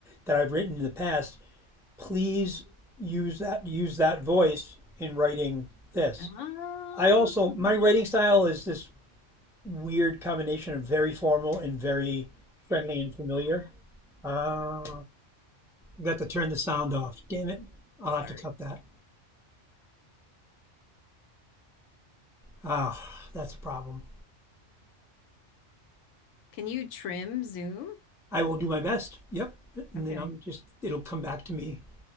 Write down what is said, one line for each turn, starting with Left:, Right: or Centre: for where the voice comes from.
Centre: that I've written in the past. Please use that use that voice in writing this.
Left: oh,
Centre: I also my writing style is this weird combination of very formal and very friendly and familiar. Uh, got to turn the sound off. Damn it! I'll
Left: sorry.
Centre: have to cut that. Ah, that's a problem.
Left: Can you trim Zoom?
Centre: I will do my best. Yep. And
Left: Okay.
Centre: then I'm just, it'll come back to me.